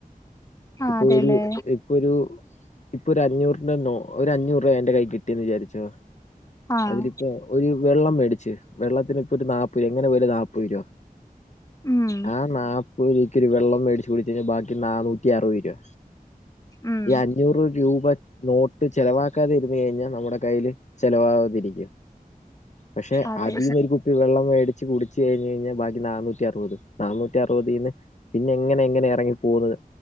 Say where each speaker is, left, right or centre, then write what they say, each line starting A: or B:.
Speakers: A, on the left; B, on the left.
A: ആഹ്
B: ഇപ്പൊ
A: അതെല്ലേ
B: ഒരു ഇപ്പൊ ഒരു ഇപ്പൊ ഒരു അഞ്ഞൂറിന്റെ നോ ഒരു അഞ്ഞൂറ് രൂപ എന്റെ കൈ കിട്ടിയെന്ന് വിചാരിച്ചോ
A: ആഹ്
B: അതിൽ ഒരു വെള്ളം മേടിച്ച് വെള്ളത്തിന് ഇപ്പൊ ഒരു നാപ്പൊരു എങ്ങനെ പോയാലും നാപ്പൊരു രൂപ
A: ഉം
B: ആഹ് നാപ്പത് രൂപക്കി ഒര് വെള്ളം മേടിച്ച് കുടിച്ചക്കഴിഞ്ഞാ ബാക്കി നാന്നൂ നൂറ്റി അറുപത് രൂപ
A: ഉം
B: ഈ അഞ്ഞൂറ് രൂപ നോട്ട് ചെലവാക്കാതിരുന്ന് കഴിഞ്ഞാൽ നമ്മുടെ കയ്യിൽ ചിലവാ രിക്കും പഷേ
A: അതെ
B: അതീന്നൊരു കുപ്പി വെള്ളം മേടി ച്ച് കുടിച്ച് കഴിഞ്ഞഴിഞ്ഞാ ബാക്കി നാനൂറ്റി അറുപത് നാനൂറ്റി അറുവതിന്ന്.. പിന്നെ എങ്ങനെ എങ്ങനെയെങ്ങനെ എറങ്ങി പോന്നത്.